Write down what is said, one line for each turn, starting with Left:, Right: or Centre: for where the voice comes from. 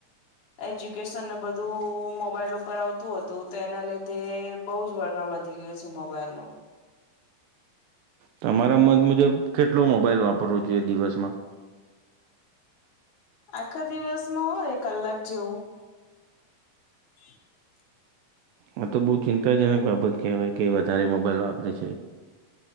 Left: એજ્યુકેશન ને બધું બધું મોબાઈલ ઉપર આવતું હતું. તું તો એના લીધે બહુ જ વળગા વધી ગયું છે મોબાઈલ નું.
Right: તમારા મત મુજબ કેટલો મોબાઈલ વાપરવો જોઈએ દિવસમાં?
Left: આખા દિવસમાં હોય કલાક જેવું. <inaudible>
Right: આ તો બહુ ચિંતાજનક બાબત કહેવાય કે વધારે મોબાઈલ વાપરે છે.